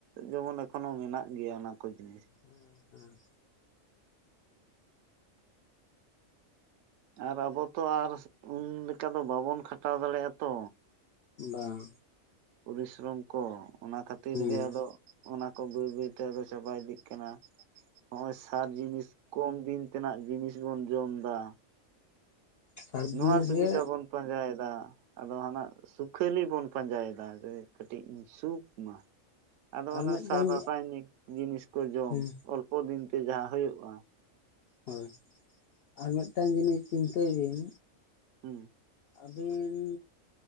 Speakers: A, on the right (about 75°); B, on the left (about 65°).
A: ᱡᱮᱢᱚᱱ ᱮᱠᱷᱚᱱᱳ ᱢᱮᱱᱟᱜ ᱜᱮᱭᱟ ᱚᱱᱟ ᱠᱚ ᱡᱤᱱᱤᱥ᱾
B: ᱦᱮᱸ ᱦᱮᱸ
A: ᱟᱨ ᱟᱵᱚ ᱛᱚ ᱟᱨ ᱩᱱ ᱞᱮᱠᱟ ᱫᱚ ᱵᱟᱵᱚᱱ ᱠᱷᱟᱴᱟᱣ ᱫᱟᱲᱮᱭᱟᱜᱼᱟ ᱛᱚ᱾
B: ᱵᱟᱝ
A: ᱯᱚᱨᱤᱥᱨᱚᱢ ᱠᱚ ᱚᱱᱟ ᱠᱷᱟᱹᱛᱤᱨ
B: ᱦᱩᱸ
A: ᱜᱮ ᱟᱫᱚ ᱚᱱᱟ ᱠᱚ ᱵᱟᱹᱭ ᱵᱟᱹᱭ ᱛᱮ ᱟᱫᱚ ᱪᱟᱵᱟ ᱤᱫᱤᱜ ᱠᱟᱱᱟ, ᱱᱚᱜ ᱚᱭ ᱥᱟᱨ ᱡᱤᱱᱤᱥ ᱠᱚᱢ ᱫᱤᱱ ᱛᱮᱱᱟᱜ ᱡᱤᱱᱤᱥ ᱵᱚᱱ ᱡᱚᱢ ᱮᱫᱟ᱾
B: ᱥᱟᱛ
A: ᱱᱚᱣᱟ
B: ᱫᱤᱱ
A: ᱥᱩᱵᱤᱫᱟ
B: ᱨᱮ
A: ᱵᱚᱱ ᱯᱟᱸᱡᱟᱭᱮᱫᱟ, ᱟᱫᱚ ᱦᱟᱱᱟ ᱥᱩ ᱠᱷᱟᱹᱞᱤ ᱵᱚᱱ ᱯᱟᱸᱡᱟᱭᱮᱫᱟ ᱡᱮ ᱠᱟᱹᱴᱤᱡ ᱤᱧ ᱥᱩᱠ ᱢᱟ᱾ ᱟᱫᱚ
B: ᱟᱨ
A: ᱚᱱᱮ
B: ᱢᱤᱫᱴᱟᱝ
A: ᱥᱟᱨ ᱨᱟᱥᱟᱭᱱᱤᱠ ᱡᱤᱱᱤᱥ ᱠᱚ ᱡᱚᱢ,
B: ᱦᱩᱸ
A: ᱚᱞᱯᱚ ᱫᱤᱱ ᱛᱮ ᱡᱟᱦᱟᱸ ᱦᱳᱭᱳᱜᱼᱟ,
B: ᱦᱳᱭ, ᱟᱨ ᱢᱤᱫᱴᱟᱝ ᱡᱤᱱᱤᱥ ᱪᱤᱱᱛᱟᱹᱭ ᱵᱤᱱ
A: ᱦᱩᱸ ᱾
B: ᱟᱹᱵᱤᱱᱻ